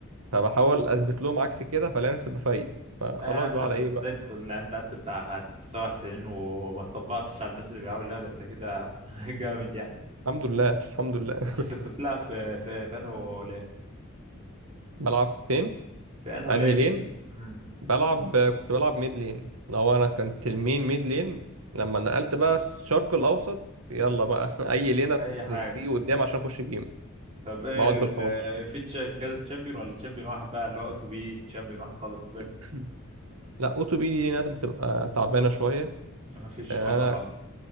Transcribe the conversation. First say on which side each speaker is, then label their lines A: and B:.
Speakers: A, on the right; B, on the right.
A: فبحاول اثبت لهم عكس كده فلاقي نفسي بفايد فخلاص
B: لا يا عم
A: بقى
B: طب
A: على
B: ما
A: ايه
B: انت
A: بقى
B: زي الفل لا، انت قعدت بتاع ست سبع سنين وما اتطبقتش على الناس اللي بيلعبوا اللعبه ده انت كده <laughs> جامد يعني
A: الحمد لله الحمد لله <laughs>
B: انت كنت بتلعب في في في انه لين
A: بلعب فين
B: في انه
A: انهي
B: لين
A: لين
B: في ال... مم.
A: بلعب كنت بلعب ميد لين لو انا كنت المين ميد لين لما نقلت بقى الشرق الاوسط يلا بقى <laughs> اي لينة
B: اي حاجه
A: تيجي قدام عشان اخش جيم
B: طب ايه
A: بقعد
B: ال...
A: بال 15
B: آه، في تش- كذا تشامبيون ولا تشامبيون واحد بقى اللي هو تو بي تشامبيون واحد خالص بس
A: <laughs> لا اوتو بي دي ناس بتبقى تعبانه شويه
B: ما فيش
A: انا
B: فن خالص